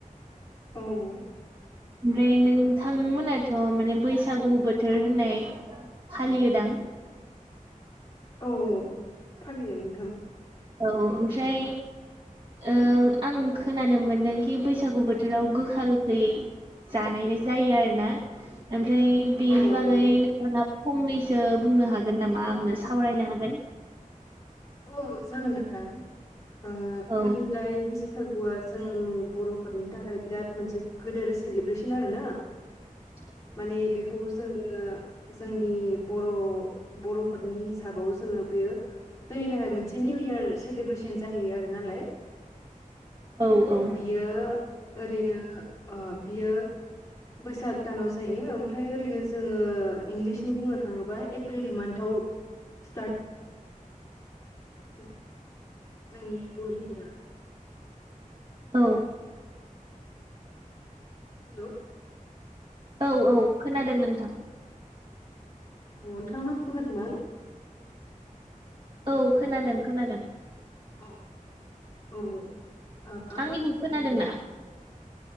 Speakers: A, on the left (about 25°); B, on the right (about 40°).
A: औ
B: ओमफ्राय नोंथां मोनाथ' माने बैसागु बोथोर होननाय फालियोदां
A: औ औ फालियो नोंथां
B: औ ओमफ्राय ओ आं खोनानो मोनदों बैसागु बोथोराव गोखा गोखै जानायनाय जायो आरोना आमफ्राय बेनि
A: औ
B: बागै
A: नंगौ नोंथां
B: नोंथाङा फंनैसो बुंनो हागोन नामा आंनो सावरायनो हागोन
A: औ जागोन नोंथां ओ
B: औ
A: ओरैनोलाय बैसाग बैसागुआ जों बर'फोरनि थाखाय बिराद मोनसे गिदोर सेलिब्रेसन आरो ना।
B: <inaudible>
A: माने बे खौ जोङो जोंनि बर' बर'फोरनि हिसाबाव जोङो बेयो जोंनि थाखाय मोनसे निउ इयार सेलेब्रेसन जाहैयो आरो नालाय।
B: औ औ
A: बियो ओरैनो ओ बियो बैसाग दानाव जायो ओमफ्राय ओरैनो जोङो इंलिसनि बुंनो थाङोबा एप्रिल मान्थआव स्टार्ट <unintelligible> जोंनि बर' <unintelligible>
B: औ
A: हेलौ
B: औ औ खोनादों नोंथां
A: अ नोंथां माथो खोनादोंंबाल
B: औ खोनादों खोनादों
A: औ औ ओ आं
B: आंनिखौ खोनादोंना
A: <unintelligible>